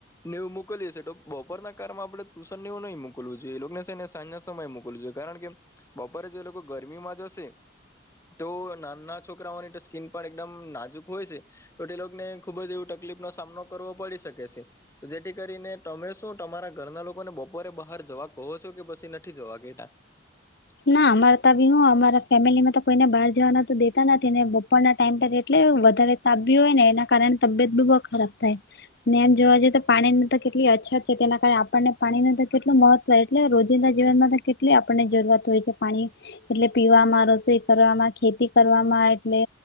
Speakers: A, on the left; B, on the left.
A: નેવું મોકલીએ તો બપોરના કારમાં આપડે તુશન ને એવું નહીં મોકલું જોઈએ એ લોકોને છે ને સાંજ સમય મોકલું જોઈએ કારણ કે બપોરે જે લોકો ગરમીમાં જશે તો નાના છોકરાઓની તો સ્ક્રીન પર એકદમ નાજુક હોય છે. તો તે લોકોને ખુબ જ એવું તકલીફ નો સામનો કરવો પડી શકે છે. જેથી કરીને તમે શું તમારા ઘરના લોકોને બપોરે બહાર જવા કહો છો કે પછી નથી જવા દેતા <inaudible>
B: ના અમારે તો બી હું અમારા ફેમિલીમાં તો કોઈને બહાર જવાના તો દેતા નથી ને બપોરના ટાઈમ પર એટલે વધારે તાબ્યું હોય ને એના કારણે તબિયત બી બહુ ખરાબ થાય ને એમ જોવા જઈએ તો પાણીની તો કેટલી અછત છે તેના કારણે આપણને પાણીનું તો કેટલું મહત્વ એટલે રોજિંદા જીવનમાં કેટલી આપણને જરૂરત હોય છે પાણી એટલે પીવામાં રસોઈ કરવામાં ખેતી કરવામાં એટલે